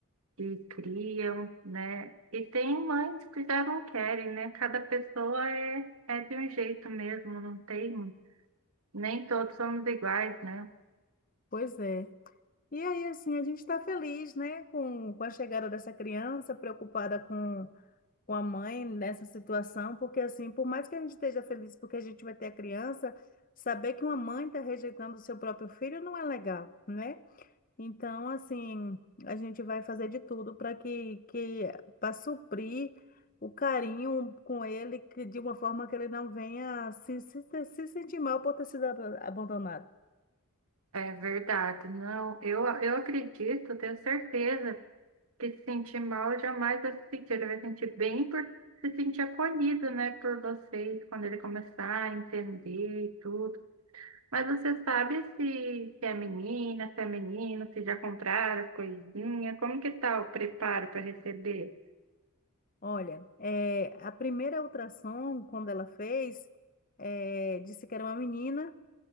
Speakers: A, on the right (about 75°); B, on the left (about 40°).
A: e criam, né? E tem mães que já não querem, né? Cada pessoa é, é de um jeito mesmo, não tem. Nem todos somos iguais, né?
B: Pois é. E aí, assim, a gente está feliz, né, com, com a chegada dessa criança, preocupada com, com a mãe nessa situação, porque, assim, por mais que a gente esteja feliz porque a gente vai ter a criança, saber que uma mãe está rejeitando o seu próprio filho não é legal, né? Então, assim, a gente vai fazer de tudo para que, que para suprir o carinho com ele, que de uma forma que ele não venha se, se, se sentir mal por ter sido ab- abandonado.
A: É verdade. Não, eu, eu acredito, tenho certeza que se sentir mal jamais vai se sentir, ele vai sentir bem por se sentir acolhido, né, por vocês, quando ele começar a entender e tudo. Mas você sabe se, se é menina, se é menino, se já compraram as coisinhas, como que tá o preparo para receber?
B: Olha, é, a primeira ultrassom, quando ela fez, é, disse que era uma menina,